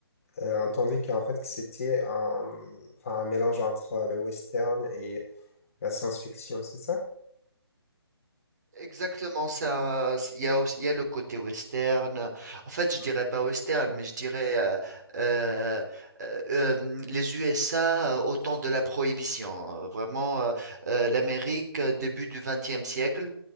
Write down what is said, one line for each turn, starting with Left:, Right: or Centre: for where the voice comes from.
Left: euh, entendu qu'en fait, que c'était un, enfin, un mélange entre le western et la science-fiction, c'est ça?
Right: Exactement ça. c- Il y a aussi, il y a le côté western. En fait,
Left: Mhm.
Right: je dirais pas western, mais je dirais euh, euh, euh, euh, mm, les USA euh, au temps de la Prohibition. Euh, Vraiment, euh, euh, l'Amérique euh, début du XXe siècle.